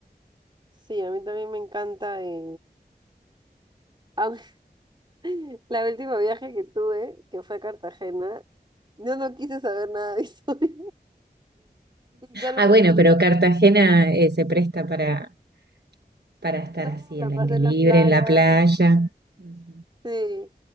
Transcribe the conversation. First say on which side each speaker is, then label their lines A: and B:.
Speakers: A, on the right (about 30°); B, on the right (about 90°).
A: Sí, a mí también me encanta. eh, <laughs> aunque <laughs> La última viaje que tuve, que fue a Cartagena, yo no quise saber nada de historia <laughs> y solo
B: Ah,
A: me
B: bueno,
A: la pasé
B: pero
A: en
B: Cartagena
A: la,
B: eh, se presta para, para estar
A: solo
B: así,
A: me
B: al
A: la pasé
B: aire libre,
A: en la playa.
B: en la playa. Ujú.
A: Sí,